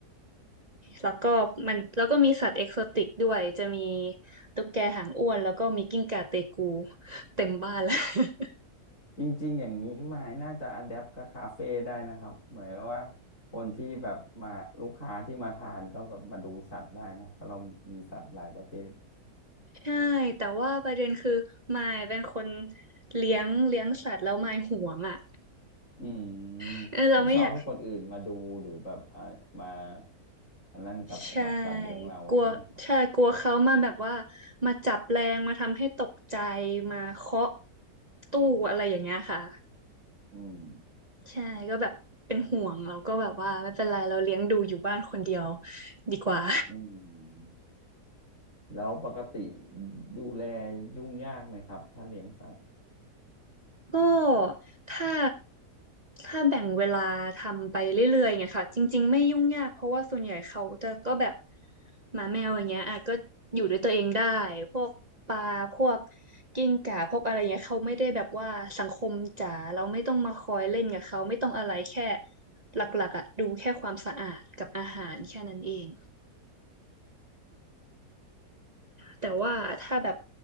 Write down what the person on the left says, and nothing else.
จริงๆ อย่างนี้มายน่าจะอะแดปกับคาเฟ่ได้นะครับหมายว่าคนที่แบบมาลูกค้าที่มาทานก็แบบมาดูสัตว์ได้นะเพราะเรามีสัตว์หลายประเภท
อืม
ไม่ชอบให้คนอื่นมาดูหรือแบบอ่ามาอันนั้นกับกับสัตว์เลี้ยงเราใช่ไหมครับ
อืม
อืมแล้วปกติดูแลยุ่งยากไหมครับถ้าเลี้ยงสัตว์